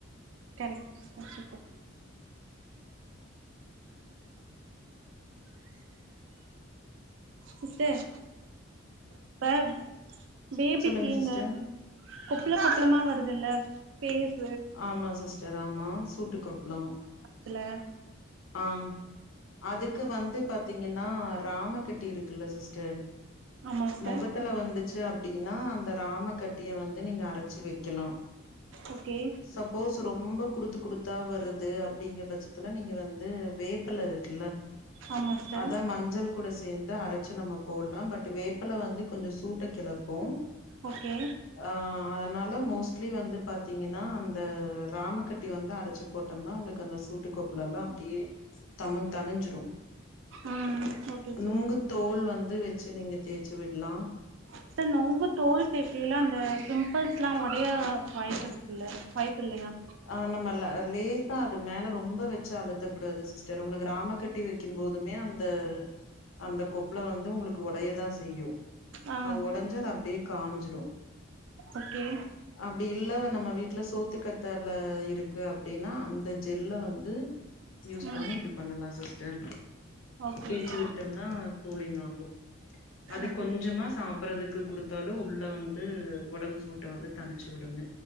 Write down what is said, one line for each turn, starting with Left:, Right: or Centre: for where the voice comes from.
Right: கரெக்ட் குடுத்துட்ட சிஸ்சர் இப்ப பேபிக்கு
Left: சொல்லுங்க
Right: இந்த
Left: சிஸ்டர்
Right: கொப்ள கொப்பளமா வருதுல்ல ஃபேஸ்
Left: ஆமா சிஸ்டர் ஆமா சூட்டு கொப்ளோ
Right: கு <inaudible>
Left: ஆ அதுக்கு வந்து பாத்தீங்கன்னா ராம கட்டி இருக்குல்ல சிஸ்டர்
Right: ஆமா சிஸ்டர்
Left: மொகத்துல வந்துச்சு அப்டின்னா அந்த ராம கட்டிய வந்து நீங்க அரச்சி வெக்கலா
Right: ஓகே
Left: சப்போஸ் ரொம்ப குறுத்து குறுத்தா வருது அப்டிங்கிற பட்சத்துல நீங்க வந் து வேப்பல இருக்குல
Right: ஆமா சிஸ்டர்
Left: அத மஞ்சள் கூட சேந்து அரச்சு நம்ம போட்லா பட்டு வேப் பல வந்து கொஞ்சோ சூட்ட கெளப்பு
Right: ஓகே
Left: ஆ அதனால மோஸ்ட்லி வந்து பாத்தீங்கன்னா அந்த ராமக்கட்டி வந்து அரச்சி போட்டோம்னா உங்குளுக்கு அந்த சூட்டுக் கொப்ளலா டி தமு தனிஞ்சிரு
Right: ம் ஓகே சிஸ்டர்
Left: நொங்கு தோல் வந்து வச்சு நீங்க தேச்சி விட்லா
Right: இந்த நொங்கு தோல் தேய்க்கயில அந்த பிம்புள் ஸ்லா ஒடய வாய்ப்பு இருக்குல்ல வாய்ப்பு இல்லயா
Left: ஆ நம்ம லேசா அது மேல ரொம்ப வச்சு அழுத்தக் கூடாது சிஸ்டர் உங்களுக் ராம கட்டி வக்கிம் போதுமே அந்த அந்த கொப்பளோ வந்து உங்ளுக்கு ஒடைய தா செய்யு
Right: ஆ
Left: அது ஒடஞ்சா அப்டே காஞ்சிரு
Right: ஓக்கே
Left: அப்டி இல்ல நம்ம வீட்ல சோத்துக்கத்தால இருக்கு அப்டினா அந்த ஜெல்ல வந்து யூஸ்
Right: ம்
Left: பண்ணி இது பண்ணலா சிஸ்டர்
Right: ஓகே
Left: தேச்சி
Right: சிஸ்டர்
Left: விட்டோன்னா கூலிங் ஆகு அது
Right: ஓகே
Left: கொஞ்சமா சாப் புறதுக்கு குடுத்தாலு உள்ள வந்து ஒடம்பு சூட்ட வந்து தனிச் விடுங்க